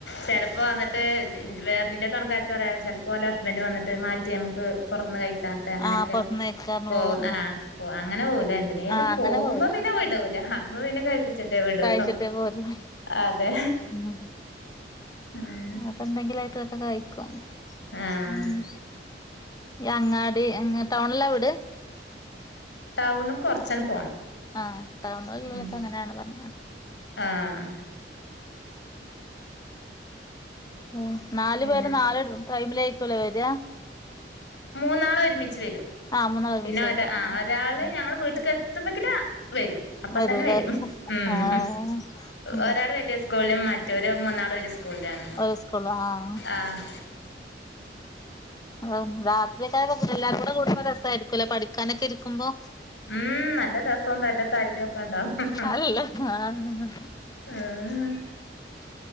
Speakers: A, on the left; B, on the left.
A: ചെലപ്പോ വന്നിട്ട് വേറിൻ്റെ തുണക്കാരത്തി പറയാ ചിലപ്പോഓലെ ഹസ്ബന്റ് വന്നട്ട് മാറ്റി നമുക്ക് പുറത്തുന്ന് കഴിക്കാ അങ്ങനെയൊക്കെ
B: ആഹ് പൊറത്ത്ന്ന് കഴിക്കാന്ന്
A: പോ
B: പോവാ
A: ആഹ് അങ്ങനെ പോകൂല എന്തിനേലും
B: ആഹ് അങ്ങനെ
A: പോകുമ്പോ
B: പോവൂല
A: പിന്നെ വീടൂല ആഹ് അപ്പം പിന്നെ കഴിപ്പിച്ചിട്ടെ വിടൂളൂ
B: കഴിച്ചിട്ടേ പോരൂ
A: അതെ
B: ഉം
A: ഉം
B: അപ്പൊ എന്തെങ്കിലുംയിട്ടൊക്കെ കഴിക്കും
A: ആഹ്
B: ഉം ഈ അങ്ങാടി അങ് ടൗണില വീട്
A: ടൗണും കുറച്ചങ്ങ് പോണം
B: ആഹ് ടൗണിലുള്ളവരൊക്ക
A: ഉം
B: അങ്ങനെയാണ് പറഞ്ഞത്
A: ആഹ്
B: ഉം നാലു
A: പിന്നെ
B: പേരും നാല് ടൈമിലയിരിക്കൂലേ വരിക
A: മൂന്നാൾ ഒരുമിച്ച് വരും
B: ആഹ് മൂന്നാള് ഒരുമിച്ച്
A: പിന്നെ
B: വരൂലേ
A: ഒരാ ങാ
B: ആഹ്
A: ഒരാള്
B: ആഹ്
A: ഞങ്ള് വീട്ടക്ക് എത് എത്തുമ്പക്കന വരും അപ്പൊ
B: വരൂലേ
A: തന്നെ വരും ഉം
B: ആഹ് ഉം
A: ഒരാൾ വലിയ സ് സ്കൂളിലും മറ്റോരു മൂന്നാളും ഒരു സ്കൂളിലാണ്
B: ഒരു സ്‌കൂളിലും ആഹ്
A: ആഹ്
B: ആഹ് രാത്രി ഒക്കെ ആയ എല്ലാരും കൂടെ കൂടുമ്പം രസമായിരിക്കുല്ലെ പഠിക്കാനൊക്കെ ഇരിക്കുമ്പോ
A: ഉം നല്ല രസോം നല്ല തല്ലൊക്കെ ഉണ്ടാവും
B: അല്ല ആഹ്
A: ആഹ്